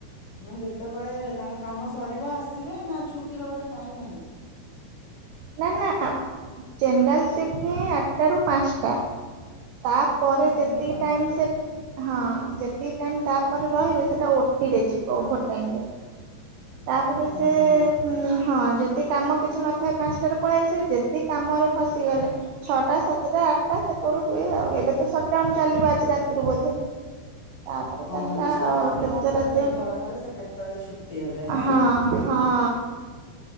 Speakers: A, on the left; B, on the right.
A: ନା ଯେତେବେଳେ ତାଙ୍କ କାମ ସରିବ ଆସିବେ ନା ଛୁଟିର ଗୋଟେ ଟାଇମ୍ ନାହିଁ?
B: ନା ନା ଜେନେରାଲ୍ ସିଫ୍ଟ ହିଁ ଆଟା ରୁ ପାନ୍ସ ଟା। ତାପରେ
A: ହଁ ସନ୍ଧ୍ୟା
B: ଯେତିକି
A: ପାଞ୍ଚଟା
B: ଟାଇମ୍ ସେ ହଁ ଯେତିକି ଟାଇମ୍ ତାପରେ ରହିବେ ସେଟା ଓଟିରେ ଯିବ ଓଭର୍ ଟାଇମ୍ ରେ। ତାପରେ
A: ଓହୋ
B: ସେ ହୁଁ, ହଁ ଯଦି କାମ କିଛି ନଥାଏ ପାନ୍ସଟାରେ ପଳେଇଆସିବେ। ଯଦି କାମରେ ଫସିଗଲେ ଛଅଟା ସାତଟା ଆଟା କେତଳୁ ହୁଏ ଆଉ। ଏବେ ତ ସଟଡାଉନ୍ ଚାଲିବ ଆଜି ରାତିରୁ ବୋଧେ। ତାପରେ
A: ଓହୋ
B: ଚାଲିଲା
A: ସେଟା କାମ
B: କେତେ
A: ଉପରେ
B: ରାତିଅ
A: ନିର୍ଭର କରେ ସେ କେତେବେଳେ ଛୁଟି ହେବେ ନାଇଁ
B: ହଁ ହଁ ହଁ।